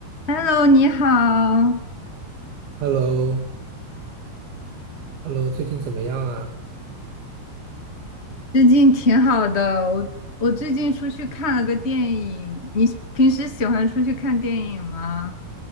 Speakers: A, on the left; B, on the right.
A: Hello，你好，
B: h e l l o h e l l o 最近怎么样啊？
A: 最近挺好的。我我最近出去看了个电影。你平时喜欢出去看电影吗？